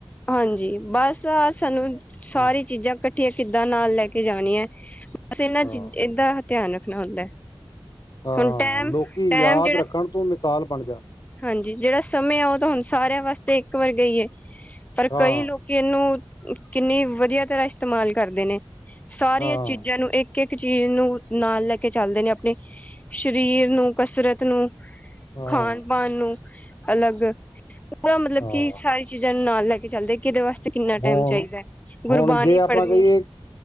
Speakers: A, on the left; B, on the left.
A: ਹਾਂਜੀ ਬਸ ਆ ਸਾਨੂੰ ਸਾਰੀ
B: ਹਾਂ
A: ਚੀਜ਼ਾਂ ਇਕੱਠੀਆਂ ਕਿੱਦਾਂ ਨਾਲ ਲੈ ਕੇ ਜਾਣੀ ਹੈ। ਬਸ ਇਹਨਾਂ
B: ਹਾਂ
A: ਚੀਜ਼ ਇਦਾ ਧਿਆਨ ਰੱਖਣਾ ਹੁੰਦਾ
B: ਹਾਂ
A: ਹੁਣ ਟੈਮ
B: ਲੋਕੀ
A: ਟੈਮ
B: ਯਾਦ
A: ਜਿਹੜਾ
B: ਰੱਖਣ ਤੋਂ ਮਿਸਾਲ ਬਣ ਜਾਨ
A: ਹਾਂਜੀ ਜਿਹੜਾ ਸਮੇਂ ਆ ਉਹ ਤਾਂ ਹੁਣ ਸਾਰਿਆਂ ਵਾਸਤੇ ਇੱਕ ਵਰਗਾ ਈ ਏ ਪਰ
B: ਹਾਂ
A: ਕਈ ਲੋਕ ਕਿ ਇਹਨੂੰ ਕਿੰਨੀ ਵਧੀਆ ਤਰ੍ਹਾਂ ਇਸਤੇਮਾਲ ਕਰਦੇ ਨੇ ਸਾਰੀਆਂ
B: ਹਾਂ
A: ਚੀਜ਼ਾਂ ਨੂੰ ਇੱਕ ਇੱਕ ਚੀਜ਼ ਨੂੰ ਨਾਲ ਲੈ ਕੇ ਚੱਲਦੇ ਨੇ ਆਪਣੇ ਸਰੀਰ ਨੂੰ ਕਸਰਤ ਨੂੰ
B: ਹਾਂ
A: ਖਾਣ ਪਾਨ ਨੂੰ ਅਲੱਗ ਪੂਰਾ ਮਤਲਬ
B: ਹਾਂ
A: ਕਿ ਸਾਰੇ ਚੀਜ਼ਾਂ ਨੂੰ ਨਾਲ ਲੈ ਕੇ ਚੱਲਦੇ ਕਿਦੇ ਵਾਸਤੇ ਕਿੰਨਾ ਟਾਈਮ
B: ਹੁਣ
A: ਚਾਹੀਦਾ ਹੈ ਗੁਰਬਾਣੀ
B: ਹੁਣ ਜੇ ਆਪਾਂ
A: ਪੜ੍ਹਨੀ
B: ਕਹੀਏ